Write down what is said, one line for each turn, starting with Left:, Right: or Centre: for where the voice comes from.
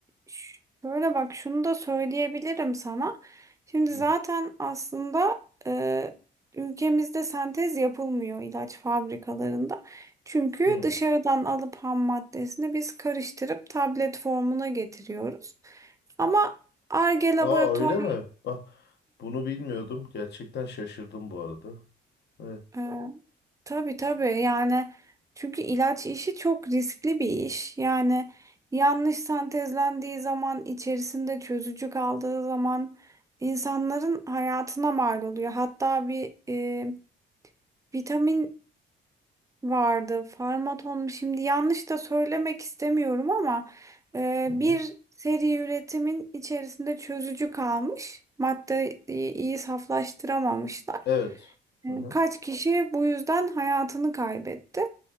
Right: ş- şöyle bak şunu da söyleyebilirim sana. Şimdi
Left: hı,
Right: zaten aslında e, ülkemizde sentez yapılmıyor ilaç fabrikalarında. Çünkü
Left: hı.
Right: dışarıdan alıp ham maddesini biz karıştırıp tablet formuna getiriyoruz. Ama Ar-Ge laboratuvar
Left: Aa öyle mi? Bak bunu bilmiyordum. Gerçekten şaşırdım bu arada. Evet.
Right: e, Tabii tabii yani çünkü ilaç işi çok riskli bir iş. Yani yanlış sentezlendiği zaman içerisinde çözücü kaldığı zaman insanların hayatına mal oluyor. Hatta bir e, vitamin vardı. Farmaton mu? şimdi yanlış da söylemek istemiyorum ama e,
Left: Hı hı.
Right: bir seri üretimin içerisinde çözücü kalmış. Maddeyi iyi saflaştıramamışlar.
Left: Evet.
Right: E,
Left: Hı hı.
Right: Kaç kişi bu yüzden hayatını kaybetti.